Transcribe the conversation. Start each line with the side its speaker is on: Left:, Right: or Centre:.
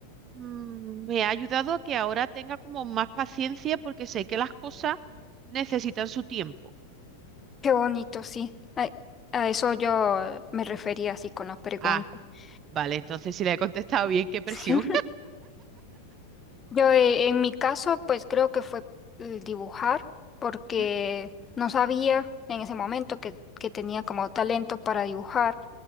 Right: mm, me ha ayudado a que ahora tenga como más paciencia porque sé que las cosas necesitan su tiempo.
Left: Qué bonito, sí. A, a eso yo me refería así con la pregunta.
Right: Ah,
Left: <laughs>
Right: vale, entonces si le he contestado bien, qué presión.
Left: Sí. Yo eh, en mi caso, pues creo que fue el dibujar, porque
Right: <laughs> Ujú.
Left: no sabía en ese momento que, que tenía como talento para dibujar